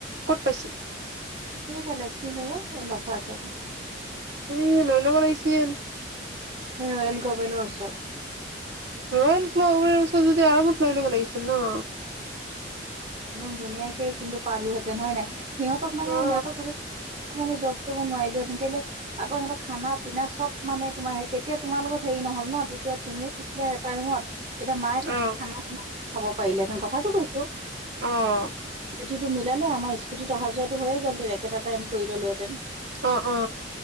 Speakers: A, on the right; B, on the right.
A: কত পাইছিল
B: সেই ফালে কি জাগা এই লগখৰ আছেটো
A: এ লৈ ল'ব লাগিছিল
B: ৰয়েল গভেলৰ ওচৰত।
A: ৰয়েল গ্ল'ভাৰৰ ওচৰত যদি আৰামত লৈ ল'ব লাগিছিল নহ?
B: একদম ধুনীয়াকে কিন্তু পালোহেতেন হয় নাই, সিহঁতক মানে
A: অ
B: সিহঁতক মানে জ নোৱাৰিলো হেতেন কেলে আকৌ সিহঁতক খানা পিনা চব মানে তোমাৰ তেতিয়া তোমাৰ লগত হেৰি নহল নহ, তেতিয়া তুমিও এটা ৰুমত, তেতিয়া মায়ে থাকি
A: অ
B: খানা-চানা খাব পাৰিলেঁ হেতেন কথাাটো কৈছো।
A: অ'।
B: ডিউটিতো মিলালে আমাৰ স্কুটিত অহা যোৱাটো হৈয়ে গল, একেটা টাইম কৰি ললো হেতেন।
A: অ', অ'।